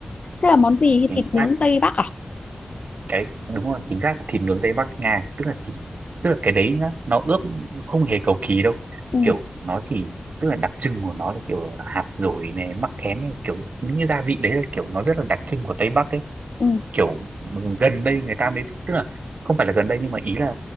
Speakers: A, on the left; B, on the right.
A: Thế là món gì
B: chính
A: thịt
B: xác.
A: nướng Tây Bắc à?
B: Cái đúng rồi, chính xác thịt nướng Tây Bắc Nga, tức là chỉ tức là cái đấy nó, nó ướp không hề cầu kỳ đâu.
A: Ừ
B: Kiểu nó chỉ tức là đặc trưng của nó là kiểu hạt dổi này, mắc khén này, kiểu những cái gia vị đấy là kiểu nó rất là đặc trưng của Tây Bắc ấy
A: ừ
B: kiểu ừ, gần đây người ta mới tức là không phải là gần đây nhưng mà ý là